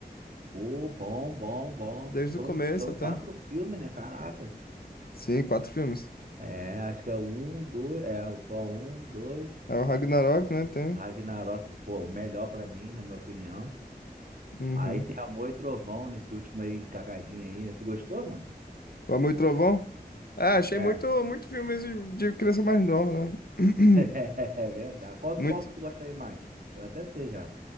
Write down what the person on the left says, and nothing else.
desde
o começo
até.
Sim, quatro filmes.
É o Ragnarok, né? Tem.
Uhum.
O Amor e Trovão. É, achei
muito, muito filmes de, de criança mais nova, né? <clears throat>
Muito.